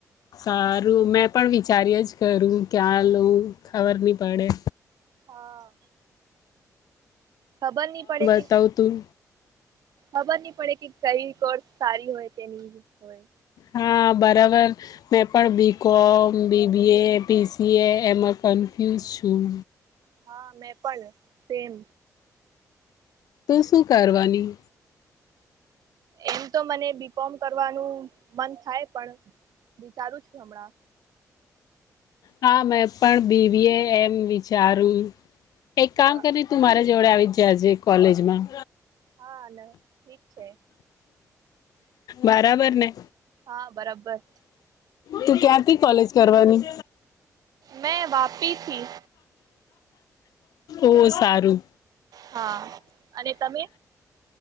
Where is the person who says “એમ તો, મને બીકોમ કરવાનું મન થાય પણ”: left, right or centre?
Right